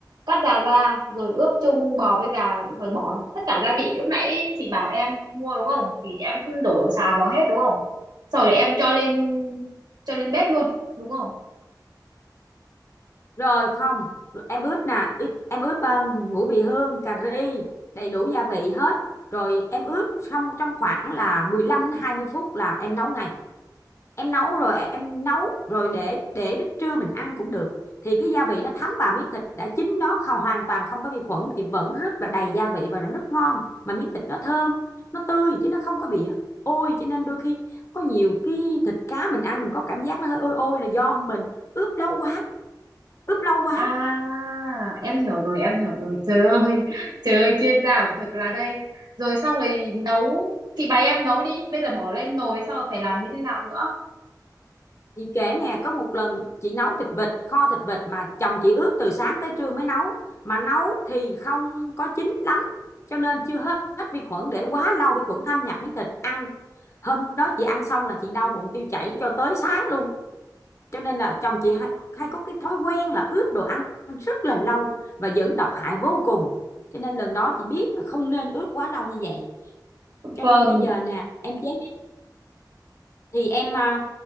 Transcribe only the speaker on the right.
cắt giá ra, rồi ướp chung bò với gà, rồi bỏ tất cả gia vị lúc nãy chị bảo em mua đúng không? Thì em cứ đổ lộn xào vào hết đúng không? Sau rồi em cho lên cho lên bếp luôn, đúng không?
À, em hiểu rồi, em hiểu rồi. Trời ơi, <laughs> trời ơi, chuyên gia ẩm thực là đây. Rồi xong rồi nấu, chị bày em nấu đi. Bây giờ bỏ lên nồi, sau rồi phải làm như thế nào nữa?
Vâng.